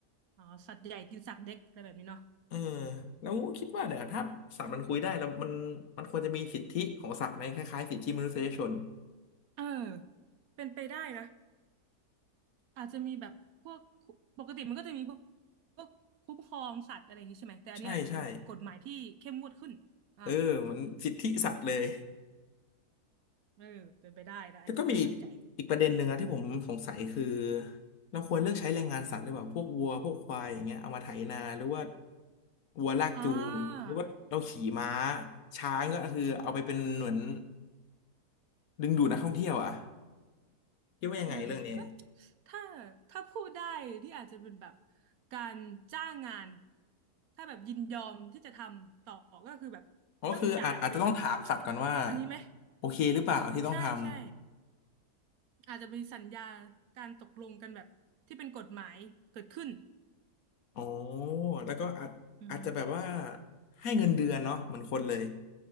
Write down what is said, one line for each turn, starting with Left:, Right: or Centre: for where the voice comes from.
Right: อ๋อสัตว์ใหญ่กินสัตว์เล็กอะไรแบบนี้เนาะ
Left: เออแล้วคิดว่าเดี๋ยวถ้าสัตว์มันคุยได้แล้วมันมันควรจะมีสิทธิของสัตว์ไหมคล้ายๆสิทธิมนุษยชน
Right: เออเป็นไปได้นะ อาจจะมีแบบพวกปกติมันก็จะมีพวกพวกคุ้มครองสัตว์อะไรอย่างนี้ใช่ไหมแต่อันนี้อาจจะเป็นแบบกฎหมายที่เข้มงวดขึ้นอ่า
Left: ใช่ใช่เออเหมันสิทธิสัตว์เลย
Right: เออเป็นไปได้นะอันนี้น่าสนใจ
Left: แล้วก็มีอีกอีกประเด็นหนึ่งนะที่ผมสงสัยคือเราควรเลือกใช้แรงงานสัตว์หรือเปล่าพวกวัวพวกควายอย่างเงี้ยเอามาไถนาหรือว่าวัวลากจูงหรือว่าเราขี่ม้า
Right: อ่า
Left: ช้างก็คือเอาไปเป็นเหมือนดึงดูดนักท่องเที่ยวอ่ะคิดว่ายังไงเรื่องนี้
Right: เออก็ถ้าถ้าพูดได้นี่อาจจะเป็นแบบการจ้างงานถ้าแบบยินยอมที่จะทำต่อก็คือแบบต้องจ่ายเป็นแบบ
Left: อ๋อคืออาจอาจจะต้องถามสัตว์ก่อนว่า
Right: อันนี้ไหม
Left: โอเคหรือเปล่าที่ต้องทำ
Right: ใช่ใช่อาจจะมีสัญญาการตกลงกันแบบที่เป็นกฎหมายเกิดขึ้น
Left: อ๋อแล้วก็อาจอาจจะแบบว่า
Right: อืม
Left: ให้เงินเดือนเนาะเหมือนคนเลย